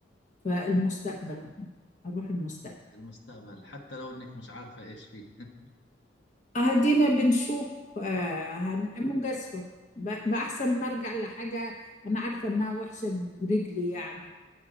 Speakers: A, on the left; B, on the left.
A: فالمستقبل هروح المستقبل
B: المستقبل حتى لو إنك مش عارفة إيش فيه <laughs>
A: أهدينا بنشوف آه، هن- مجازفة ب- بأحسن ما أرجع لحاجة أنا عارفة إنها وحشة برجلي يعني